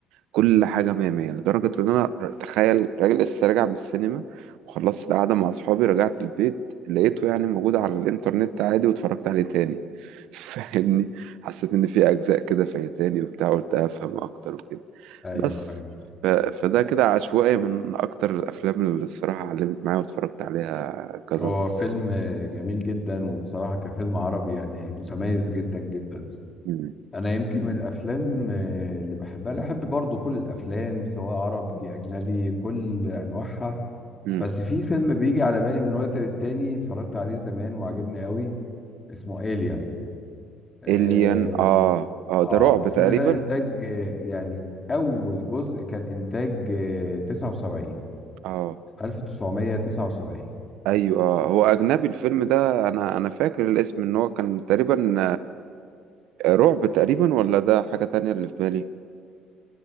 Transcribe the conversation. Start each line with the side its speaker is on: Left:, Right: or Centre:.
Right: كل حاجة مية مية لدرجة إن أنا تخيل راجل لسه راجع من السينما وخلصت القعدة مع أصحابي رجعت البيت لقيته يعني موجود على الإنترنت عادي واتفرجت عليه تاني <laughs> فاهمني حسيت إن في أجزاء كده فايتاني وبتاع قلت أفهم أكتر وكده
Left: ايوه
Right: بس
Left: ايوه
Right: ف... فده كده عشوائي من أكتر الأفلام اللي الصراحة علمت معايا واتفرجت عليها كذا
Left: هو
Right: مرة
Left: فيلم جميل جدا وبصراحة كفيلم عربي يعني متميز جدا جدا
Right: مم.
Left: أنا يمكن من الأفلام اللي بحبها أنا بحب برضو كل الأفلام سواء عربي أجنبي كل أنواعها
Right: مم.
Left: بس في فيلم بيجي على بالي من وقت للتاني اتفرجت عليه زمان وعجبني قوي اسمه إيليان آه
Right: إليان آه آه
Left: آه،
Right: ده رعب
Left: الفيلم
Right: تقريبا
Left: ده إنتاج آه، يعني أول جزء كان إنتاج آه، 79
Right: آه
Left: 1979
Right: ايوه هو اجنبي الفيلم ده انا انا فاكر الاسم ان هو كان تقريبا آه، رعب تقريبا ولا ده حاجة تانية اللي في بالي